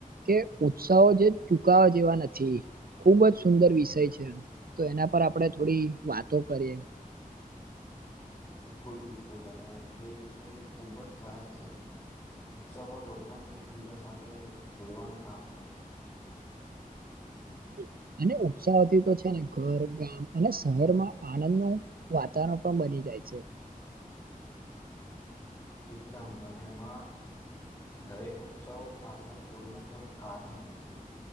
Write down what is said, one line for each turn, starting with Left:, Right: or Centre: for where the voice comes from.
Right: કે ઉત્સાહો જે ચુકાવા જેવા નથી ખૂબ જ સુંદર વિષય છે તો એના પર આપણે થોડી વાતો કરીએ <inaudible>
Left: બિલકુલ બિલકુલ અને એ વિષય ખુબ જ સરસ છે ઉત્સવો લોકોને એકબીજા સાથે જોડવાનું કામ કરે છે
Right: <inaudible> <inaudible> અને ઉત્સાહથી તો છે ને ઘર ગામ અને શહેરમાં આનંદ નુવાતાવરણ પણ બની જ ાય છે
Left: એકદમ મને એમાં દરેક ઉત્સવ પાછળ કોઈને કોઈ કારણ હોય છે